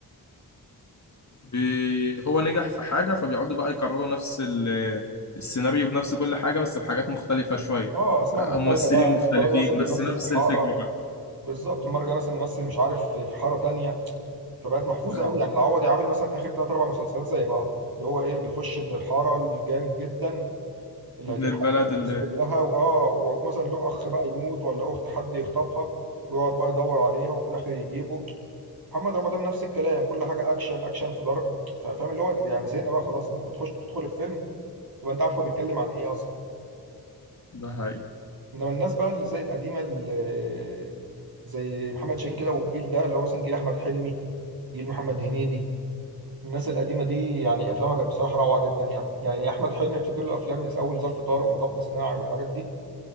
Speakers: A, on the left; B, on the right.
A: بي... هو نجح في حاجة فبيقعدوا بقى يكرروا نفس ال... السيناريو بنفس كل حاجة بس بحاجات مختلفة شوية
B: اه اسماء
A: آه،
B: مختلفة
A: ممثلين
B: بقى
A: مختلفين
B: المرة دي مثلا بنمثل
A: بس نفس
B: في حارة
A: الفكرة بقى
B: بالظبط المرة الجاية مثلا نمثل مش عارف في في حارة تانية فبقت محفوظة
A: أيوة.
B: قوي يعني العوضي عامل مثلا اخر ثلاث اربع مسلسلات زي بعض اللي هو ايه بيخش ابن الحارة الجامد جدا اللي
A: ابن
B: هيجيب
A: البلد
B: حق
A: اللي
B: الناس كلها واه ومثلا له اخ بقى يموت ولا اخت حد يخطفها ويقعد بقى يدور عليها وفي الاخر يجيبه محمد رمضان نفس الكلام كل حاجه اكشن اكشن في ضرب ف- فاهم اللي هو يعني زهقنا بقى خلاص انت ممكن تخش تدخل الفيلم تبقى انت عارف هو بيتكلم عن ايه اصلا
A: ده حقيقي
B: انما الناس بقى اللي زي القديمه اللي زي محمد شاهين كده والجيل ده اللي هو مثلا جيل احمد حلمي جيل محمد هنيدي الناس القديمه دي يعني افلامها كانت بصراحه روعه جدا يعني يعني احمد حلمي افتكر له افلام من اول ظرف طارق ومطب صناعي والحاجات دي